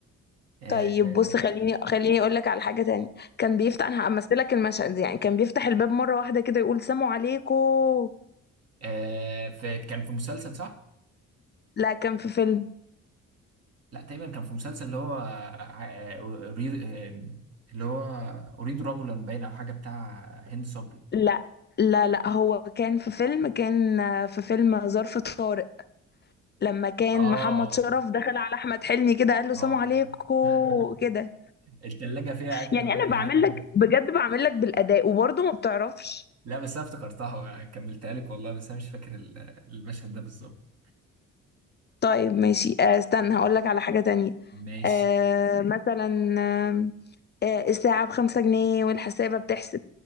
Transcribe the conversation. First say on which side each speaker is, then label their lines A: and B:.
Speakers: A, on the right; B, on the left.
A: آه،
B: طيب بص خليني خليني اقول لك على حاجه تانية كان بيفتح انا همثلك المشهد دي يعني كان بيفتح الباب مره واحده كده يقول سلام عليكم
A: آه، في كان في مسلسل صح؟
B: لا كان في فيلم
A: لا تقريبا كان في مسلسل اللي هو آه، أريد آم، اللي هو أريد رجلا باين أو حاجة بتاع هند صبري
B: لا لا لا هو كان في فيلم كان آه، في فيلم ظرف طارق لما كان
A: آه
B: محمد شرف دخل على احمد حلمي كده قال له
A: آه
B: سلام عليكم
A: <laughs>
B: كده
A: التلاجة فيها أكلة
B: يعني
A: اللي
B: انا
A: أنا جعان
B: بعمل
A: أوي
B: لك بجد بعمل لك بالاداء وبرضه ما بتعرفش
A: لا بس أنا افتكرتها كملتها لك والله بس أنا مش فاكر ال- المشهد ده بالظبط
B: طيب ماشي آه، استنى هقول لك على حاجة تانية
A: ماشي
B: آه مثلا آه آه، الساعة بخمسة جنيه والحسابة بتحسب